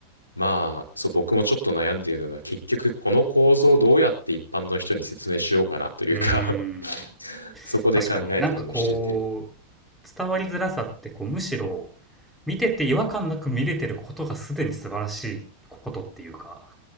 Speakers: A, on the left; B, in the centre.
A: まあ、そう、僕もちょっと悩んでいるのが、結局この構造をどうやって一般の人に説明しようかなというか
B: うーん。
A: <laughs> そこで考えたりもしてて、
B: 確かに。なんかこう、伝わりづらさってこう、むしろ、見てて違和感なく見れてることがすでに素晴らしいことっていうか、